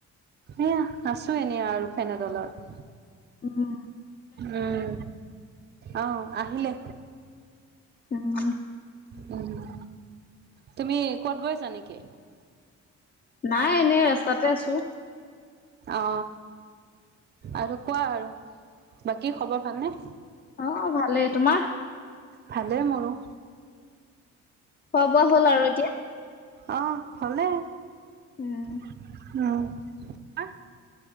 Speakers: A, on the right; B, on the left.
A: এয়া আাছো এনে আৰু ফেনৰ তলত।
B: উম
A: উম অ আহিলে
B: উম,
A: উম, তুমি কবাত গৈ আছা নেকি?
B: নাই এনেই ৰাস্তাতে আছো।
A: অ আৰু কোৱা আৰু বাকী খবৰ ভালনে?
B: অ ভালেই তোমাৰ?
A: ভালেই মোৰো।
B: খোৱা বোৱা হ'ল আৰু এতিয়া।
A: অ হলেই।
B: উম
A: উম তোমাৰ?